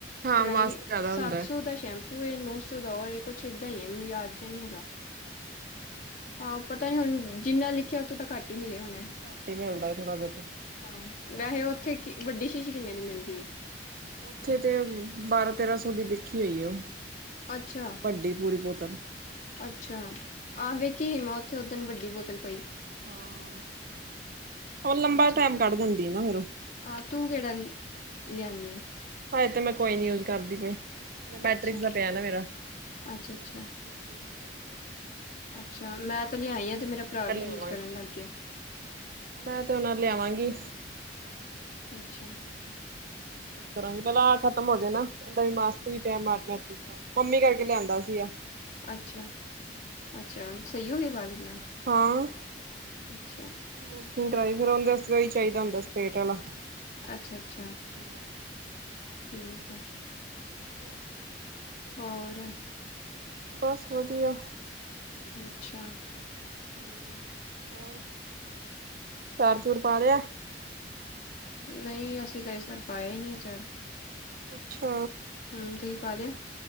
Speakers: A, on the right (about 55°); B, on the left (about 50°).
A: ਹਾਂ
B: ਪਤਾ
A: ਮਾਸਕ
B: ਨੀ
A: ਜ਼ਿਆਦਾ
B: ਸੱਤ
A: ਹੁੰਦਾ
B: ਸੌ ਦਾ ਸ਼ੈਂ ਉਹ ਇਹ ਨੌ ਸੌ ਦਾ ਇਹ ਕੁਛ ਏਦਾਂ ਹੀ ਹੈ ਮੈਨੂੰ ਯਾਦ ਜਿਹਾ ਨੀ ਹੈਗਾ।
A: ਅੱਛਾ -ਅੱਛਾ।
B: ਹਾਂ ਪਤਾ ਨੀ ਹੁਣ ਜਿੰਨਾ ਲਿਖਿਆ ਉਹ ਤੋਂ ਤਾਂ ਘੱਟ ਹੀ ਮਿਲਿਆ ਹੋਣਾ।
A: ਘੱਟ ਹੀ ਮਿਲਦਾ ਥੋੜ੍ਹਾ ਬਹੁਤਾ।
B: ਹਾਂ ਵੈਸੇ ਉੱਥੇ ਵੱਡੀ ਸ਼ੀਸ਼ੀ ਕਿੰਨੇ ਦੀ ਮਿਲਦੀ ਏ?
A: ਉੱਥੇ ਤੇ ਬਾਰਾਂ ਤੇਰਾਂ ਸੌ ਦੀ ਲਿਖੀ ਹੋਈ ਏ ਉਹ
B: ਅੱਛਾ
A: ਵੱਡੀ ਪੂਰੀ ਬੋਤਲ।
B: ਅੱਛਾ ਆਹ ਵੇਖੀ ਹੀ ਮੈ ਉੱਥੇ ਓਦਨ ਵੱਡੀ ਬੋਤਲ ਪਈ।
A: ਹਾਂ ਉਹ ਲੰਬਾ
B: ਅੱਛਾ
A: ਟੈਮ ਕੱਢ ਦੇਂਦੀ ਏ ਨਾ ਫੇਰ।
B: ਹਾਂ ਤੂੰ ਕਿਹੜਾ ਲਿਆਨੀ ਏ।
A: ਹਜੇ ਤੇ ਮੈਂ ਕੋਈ ਨੀ ਯੂਜ ਕਰਦੀ ਪਈ
B: ਹੈ
A: ਮੈਟ੍ਰਿਕ
B: ਅੱਛਾ
A: ਦਾ ਪਿਆ ਨਾ ਮੇਰਾ।
B: ਅੱਛਾ ਅੱਛਾ
A: ਮੈਟ੍ਰਿਕ ਤਾਂ ਕਰ ਲਈਏ।
B: ਅੱਛਾ ਮੈਂ ਤਾਂ ਲਿਆਈ ਆ ਤੇ ਮੇਰਾ
A: ਫਿਰ
B: ਭਰਾ
A: ਮੈਂ
B: ਵੀ
A: ਲਿਆਵਾਂਗੀ
B: ਯੂਜ ਕਰਨ ਲੱਗ ਗਿਆ।
A: ਮੈਂ ਤੇ ਉਹਨਾ ਨੂੰ ਲਿਆਵਾਂਗੀ।
B: ਅੱਛਾ
A: ਕਰਾਂਗੇ ਪਹਿਲਾਂ ਆ ਖਤਮ ਹੋ ਜਾਏ ਨਾ ਇਦਾਂ ਵੀ ਮਾਸਕ ਵੀ ਪਿਆ ਦਾ ਮੰਮੀ ਕਰਕੇ ਲਿਆਂਦਾ ਸੀਗਾ।
B: ਅੱਛਾ -ਅੱਛਾ ਸਹੀ ਹੋ ਗਏ ਵਾਲ ਏਦੇ ਨਾਲ।
A: ਹਾਂ।
B: ਅੱਛਾ
A: ਸਮੂਥਨਿੰਗ ਕਰਵਾਈ ਫਿਰ ਓਹਦੇ ਵਾਸਤੇ ਉਹੀ ਚਾਹੀਦਾ ਹੁੰਦਾ ਸਟਰੇਟ ਵਾਲਾ।
B: ਅੱਛਾ ਅੱਛਾ।
A: ਹੂੰ,
B: ਠੀਕ ਹੈ
A: ਅੱਛਾ
B: ਹੋਰ
A: ਬਸ ਵਧੀਆ
B: ਅੱਛਾ
A: ਹਮ ਹੋਰ ਆਚਾਰ ਆਚੂਰ ਪਾ ਲਿਆ
B: ਨਹੀਂ ਅਸੀਂ ਤਾਂ ਇਸ ਵਾਰ ਪਾਇਆ ਹੀ ਨਹੀਂ ਅਚਾਰ।
A: ਅੱਛਾ।
B: ਹਮ ਤੁਸੀਂ ਪਾ ਲਿਆ।